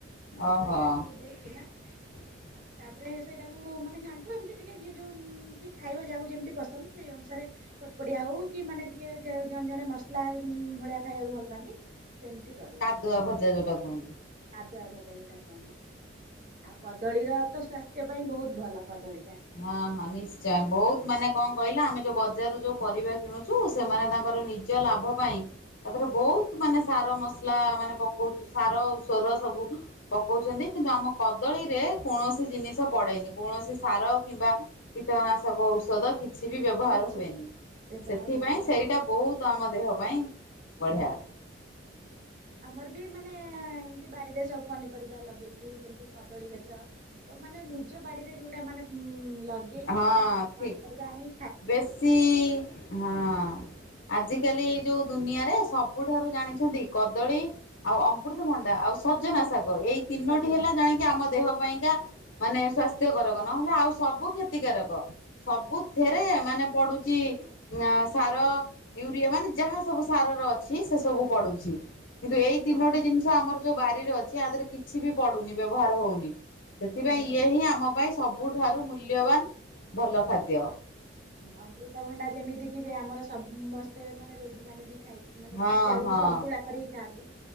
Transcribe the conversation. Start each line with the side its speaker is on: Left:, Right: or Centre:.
Right: ମସଲାଟାକୁ
Left: ଓହୋ
Right: ଦେଇକିନା
Left: <unintelligible>
Right: ଆ ତାପରେ ସେଇଟାକୁ ମାନେ ଘାଣ୍ଟୁ ଏମିତି ଟିକେ ଯିଏ ଯେଉଁ ମ୍ ତି ଖାଇବା ଯାହାକୁ ଯେମିତି ପସନ୍ଦ ସେଇ ଅନୁସାରେ ପୋଡ଼ପଡିଆ ହଉ କି ମାନେ ଟିକେ ଜଣେ ଜଣେ ମସଲା ଭଳିଆ ଖାଇବାକୁ ଭଲ ପାଆନ୍ତି। ସେମିତି କରୁ।
Left: ଦୁଆ ଭଜା ଯଉଟା କୁହନ୍
Right: କାଦୁଆ ଭଜା ଯଉଟା କୁହନ୍ତି। ଆଉ କଦଳୀର ତ ସ୍ୱାସ୍ଥ୍ୟ ପାଇଁ ବହୁତ ଭଲ କଦଳୀ ଟା।
Left: ହଁ ହଁ ନିଶ୍ଚୟ ବହୁତ ମାନେ କଣ କହିଲା ଆମେ ଯୋଉ ବଜାରରୁ ଯୋଉ ପରିବା କିଣୁଛୁ ସେମାନେ ତାଙ୍କର ନି ଜ ଲାଭ ପାଇଁ ତାଥରେ ବହୁତ ମାନେ ସାର ମସଲା ମାନେ ପକଉଚୁ ସାର ଔଷଧ ସବୁ ପକଉଛନ୍ତି କିନ୍ତୁ ଆମ କଦଳୀରେ କୌଣସି ଜିନିଷ ପଡେନି। କୌଣସି ସାର କିମ୍ବା କୀଟନାଶକ ଔଷଧ କିଛି ବି ବ୍ୟବହାର
Right: କିଛି
Left: ହୁଏନି
Right: ବ୍ୟବହାର
Left: ସେଥିପାଇଁ
Right: ହୁଏନି
Left: ସେଇଟା
Right: ଆଉ
Left: ବହୁତ ଆମ ଦେହ ପାଇଁ ବଢିଆ
Right: ଭଲ। ଆମର ବି ମାନେ ଏମତି ବାଡିରେ ସବୁ ପନିପରିବା ଲଗେଇଛୁ ଯେମିତି କଦଳୀ ଗଛ। ତ ମାନେ ନିଜ ବାଡିରେ ଯୋଉଟା ମାନେ ଉ ଲଗେଇକି
Left: ହଁ
Right: ସେଇଟା
Left: ଠିକ
Right: ପନିପରିବା ଆଣିି
Left: ବେଶୀ ହଁ। ଆଜିକାଲି ଏଇ ଯୋଉ ଦୁନିଆରେ ସବୁଠାରୁ ଜାଣିଛନ୍ତି କଦଳୀ ଆଉ ଅମୃତଭଣ୍ଡା ଆଉ ସଜନା ଶାଗ ଏଇ ତିନୋଟି
Right: ସଜନା
Left: ହେଲା
Right: ଶାଗ
Left: ଜାଣକି ଆମ ଦେହ ପାଇଁକା ମାନେ ସ୍ୱାସ୍ଥ୍ୟ କରକ ନହେଲେ ଆଉ ସବୁ କ୍ଷତିକାରକ ସବୁ ଥରେ ମାନେ ପଡୁଛି ଅ ସାର, ୟୁରିଆ ମାନେ ଯାହା ସବୁ ସାରର ଅଛି ସେ ସବୁ ପଡୁଛି। କିନ୍ତୁ ଏଇ ତିନୋଟି
Right: ହଁ
Left: ଜିନିଷ ଆମର ଯୋଉ ବାରିରେ ଅଛି ଆ ଦେହରେ କିଛି ବି ପଡୁନି ବ୍ୟବହାର ହଉନି। ସେଥିପାଇଁ
Right: ବ୍ୟବହାର ହଉନି
Left: ଇଏ ହିଁ ଆମ ପାଇଁ ସବୁଠାରୁ ମୂଲ୍ୟବାନ ଭଲ ଖାଦ୍ୟ।
Right: ଅମୃତଭଣ୍ଡା ଯେମିତିକି ବି ଆମର ସମସ୍ତେ ମାନେ ରୋଗୀମାନେ ବି ଖାଇ ମାନେ
Left: ହଁ
Right: ସିଝା
Left: ହଁ
Right: ଯୋଉ ସନ୍ତୁଳା କରିକି ଖାଆନ୍ତି